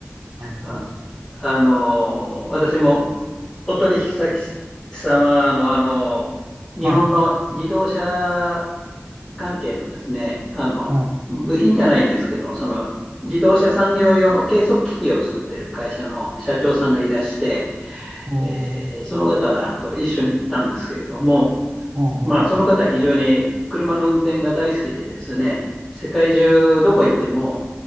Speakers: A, on the right; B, in the centre.
A: はい。
B: あ、あのー私もお取引先様の、あのー日本の自動車
A: はい。
B: 関係のですね、あの、
A: はい。
B: 部品じゃないんですけども、その自動車産業用の計測機器を作ってる会社の社長さんがいらして、
A: おー、
B: えーその方と一緒に行ったんですけれども、
A: ほうほ
B: まあ、その方は非常に車の運転が大好きでですね、世界中どこ行っても、